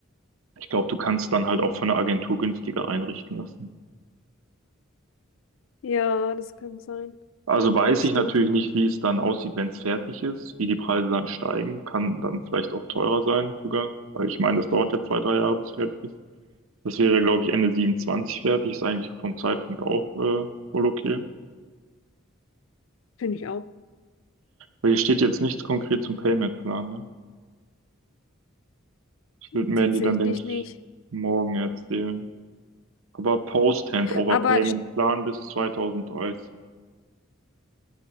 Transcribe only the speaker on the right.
ich glaube, du kannst dann halt auch von einer Agentur günstiger einrichten lassen.
Also weiß
ich natürlich nicht, wie es dann aussieht, wenn es fertig ist, wie die Preise dann steigen. Kann dann vielleicht auch teurer sein sogar, weil ich meine, das dauert ja zwei, drei Jahre, bis fertig ist. Das wäre, glaube ich, Ende 27 fertig. Ist eigentlich vom Zeitpunkt auch äh, wohl okay.
Weil hier steht jetzt nichts konkret zum Payment-Plan, ne? Das wird mir
die dann, denke ich,
morgen erzählen. Aber Post-Handover-Payment-Plan
bis 2030.